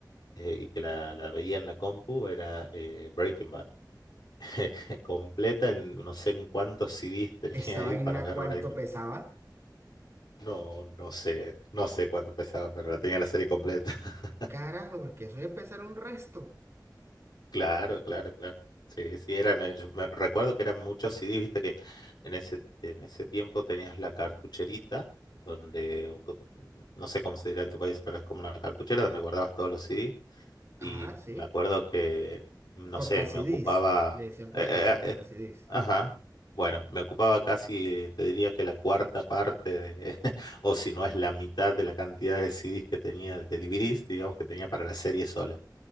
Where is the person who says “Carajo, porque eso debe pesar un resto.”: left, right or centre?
Right